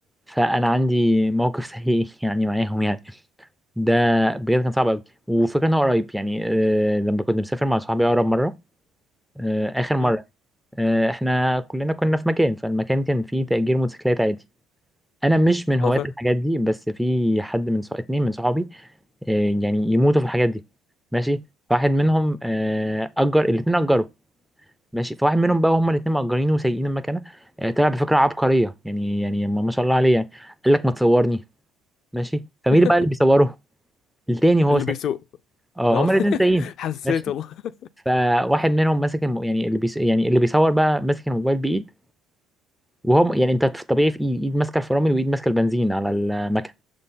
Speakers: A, in the centre; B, on the left.
A: فانا عندي موقف سيء <laughs> يعني معاهم يعني ده بجد كان صعب قوي وفكرة ان هو قريب يعني آه لما كنت مسافر مع صحابي اقرب مره آه اخر مره
B: مم.
A: آه احنا كلنا كنا في مكان فالمكان كان فيه تأجير موتوسيكلات عادي انا مش من هواة
B: هو فاهم
A: الحاجات دي بس في حد من صح... اتنين من صحابي آه يعني يموتوا في الحاجات دي ماشي واحد منهم آه اجر الاتنين اجروا ماشي فواحد منهم بقى هما الاثنين مأجرينه وسايقين المكنه آه، طلع بفكره عبقريه يعني يعني ما ما شاء الله عليه يعني قال لك ما تصورني ماشي فمين
B: <laughs>
A: اللي بقى اللي بيصوره التاني وهو
B: اللي
A: سايق
B: بيسوق
A: اه
B: اه
A: هما الاثنين سايقين
B: <laughs> حسيت
A: ماشي
B: والله
A: فواحد منهم ماسك الم... يعني اللي بيس... يعني اللي بيصور بقى ماسك الموبايل بايد وهو يعني انت في الطبيعي في ايد ايد ماسكه الفرامل وايد ماسكه البنزين على المكنه